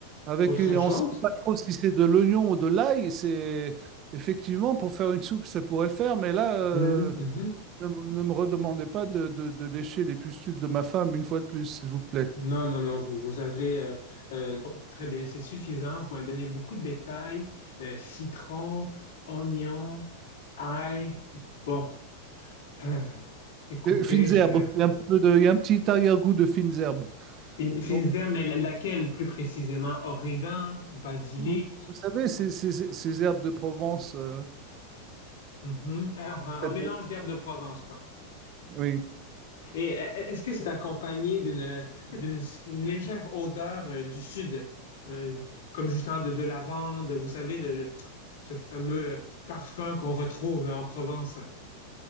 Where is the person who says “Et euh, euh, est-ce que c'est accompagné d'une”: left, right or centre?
Left